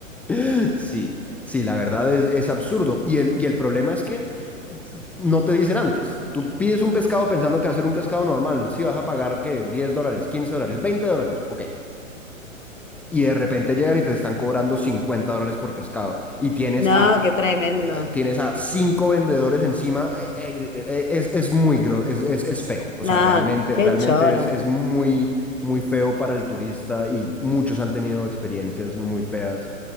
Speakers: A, in the centre; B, on the left (about 70°).
A: <laughs> sí, sí, la verdad es, es absurdo. Y el, y el problema es que no te dicen antes. Tú pides un pescado pensando que va a ser un pescado normal. si vas a pagar, ¿qué? diez dólares, 15 dólares, 20 dólares. Ok. Y de repente llegan y te están cobrando 50 dólares por pescado. Y tienes
B: No,
A: a
B: qué tremendo.
A: tienes a cinco vendedores encima, eh, eh, eh, es, es muy gro- es, es, es feo. O sea,
B: No,
A: realmente,
B: qué
A: realmente
B: choro.
A: es, es muy, muy feo para el turista y muchos han tenido experiencias muy feas.